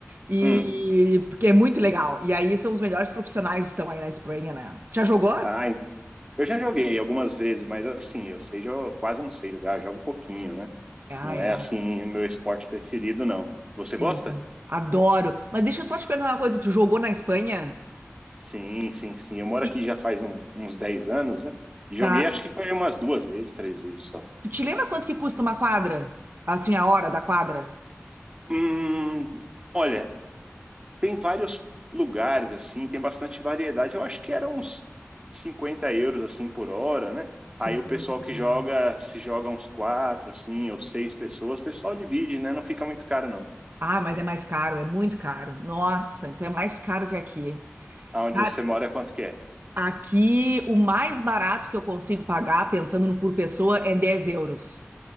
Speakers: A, on the right (about 50°); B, on the right (about 20°).
A: E
B: hum,
A: porque é muito legal. E aí são os melhores profissionais que estão aí na Espanha, né? Já jogou?
B: ai, eu já joguei algumas vezes, mas assim, eu sei, eu quase não sei jogar, eu jogo pouquinho, né?
A: Ah,
B: Não
A: é.
B: é assim o meu esporte preferido, não. Você
A: Entendi.
B: gosta?
A: Adoro. Mas deixa eu só te perguntar uma coisa. Tu jogou na Espanha?
B: Sim, sim, sim. Eu moro
A: E-
B: aqui já faz um- uns 10 anos, né? E
A: Tá.
B: joguei acho que foi umas duas vezes, três vezes só.
A: Tu te lembra quanto que custa uma quadra? Assim, a hora da quadra?
B: Hum, olha, Tem vários lugares assim, tem bastante variedade. Eu acho que era uns 50 euros assim por hora, né?
A: 50
B: Aí o pessoal
A: por
B: que joga,
A: hora.
B: se joga uns quatro assim, ou seis pessoas, o pessoal divide, né? Não fica muito caro não.
A: Ah, mas é mais caro, é muito caro. Nossa, então é mais caro que aqui.
B: Aonde
A: Ah,
B: você mora, quanto que é?
A: Aqui, o mais barato que eu consigo pagar, pensando no por pessoa, é 10 euros.